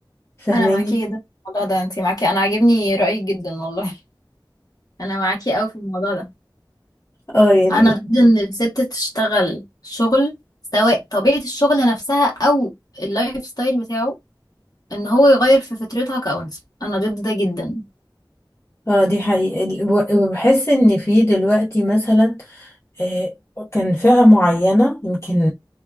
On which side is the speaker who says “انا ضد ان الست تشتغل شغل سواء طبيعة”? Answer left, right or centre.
Left